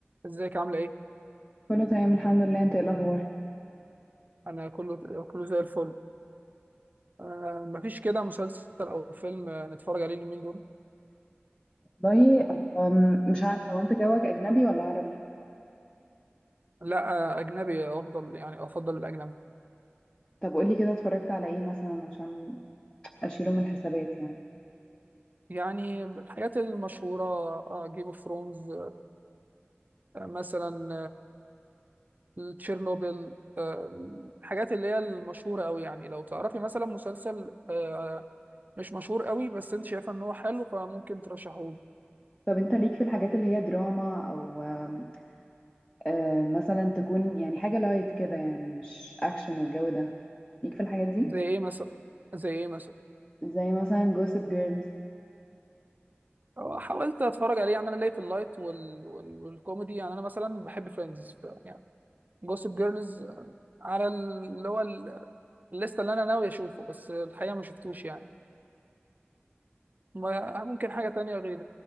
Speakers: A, on the right; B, on the left.
A: ازيك عاملة ايه؟
B: كله تمام الحمد لله انت ايه الاخبار
A: انا كله كله زي الفل آه مفيش كده مسلسل او فيلم آه، نتفرج عليه اليومين دول
B: والله أم، مش عارفه هو انت جوك اجنبي ولا عربي
A: لا آه اجنبي افضل يعني افضل الاجنبي
B: طب قولي كده اتفرجت على ايه مثلا عشان اشيله من الحسابات يعني
A: يعني من الحاجات المشهورة آه جيم اوف ثرونز آه مثلا آه تشيرنوبل آه الحاجات اللي هي المشهورة قوي يعني لو تعرفي مثلا مسلسل آه مش مشهور قوي بس انت شايفة ان هو حلو فممكن ترشحه لي
B: طب انت ليك في الحاجات اللي هي دراما او أم، آه، مثلا تكون يعني حاجه لايت كده يعني مش اكشن والجو ده ليك في الحاجات دي
A: زي ايه مثلا زي ايه مثلا
B: زي مثلا جوسب جيرلز
A: حاولت اتفرج عليه يعني انا ليا في اللايت وال... وال... والكوميدي يعني انا مثلا بحب فريندز ف... يعني جوسب جيرلز على ال- اللي هو ال- الليسته اللي انا ناوي اشوفه بس الحقيقه ما شفتوش يعني ما- ممكن حاجه تانية غير